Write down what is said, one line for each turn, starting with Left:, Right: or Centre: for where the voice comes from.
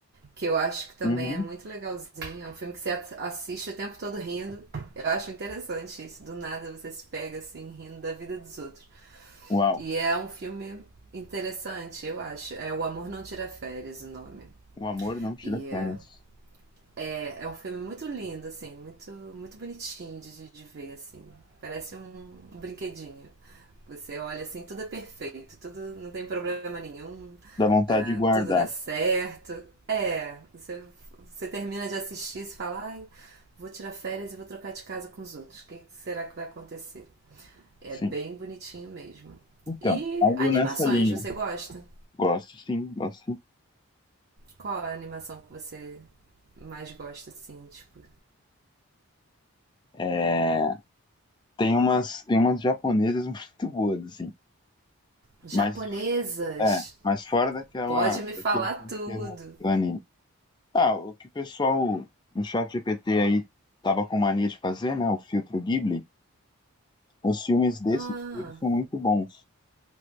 Right: que eu acho que também
Left: Uhum.
Right: é muito legalzinho. É um filme que você assiste o tempo todo rindo. Eu acho interessante isso. Do nada você se pega assim rindo da vida dos outros.
Left: Uau,
Right: E é um filme interessante, eu acho. É O Amor Não Tira Férias, o nome.
Left: o amor não tira
Right: E
Left: férias.
Right: é, é, é um filme muito lindo, assim, muito, muito bonitinho de, de ver, assim. Parece um um brinquedinho. Você olha assim, tudo é perfeito, tudo não tem problema nenhum,
Left: Dá vontade
Right: ah,
Left: de guardar,
Right: tudo dá certo. É, você, você termina de assistir e fala, ai, vou tirar férias e vou trocar de casa com os outros. O que que será que vai acontecer? É
Left: sim.
Right: bem bonitinho mesmo.
Left: Então,
Right: E
Left: algo
Right: animações,
Left: nessa linha.
Right: você gosta?
Left: Gosto, sim, gosto. sim.
Right: Qual a animação que você mais gosta, assim, tipo,
Left: É, tem umas, tem umas japonesas <laughs> muito boas, assim.
Right: Japonesas,
Left: Mas É, mas fora daquela,
Right: pode me
Left: daquele
Right: falar
Left: clichê
Right: tudo.
Left: do Dani. Ah, o que o pessoal no chat GPT aí tava com mania de fazer, né? O filtro Ghibli. Os filmes desse
Right: Ah,
Left: estúdio são muito bons.